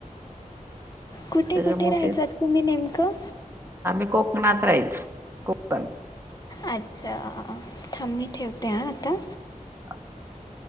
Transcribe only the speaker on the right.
त्याच्यामुळे
तेच
आम्ही कोकणात राहायचो. बर
<unintelligible>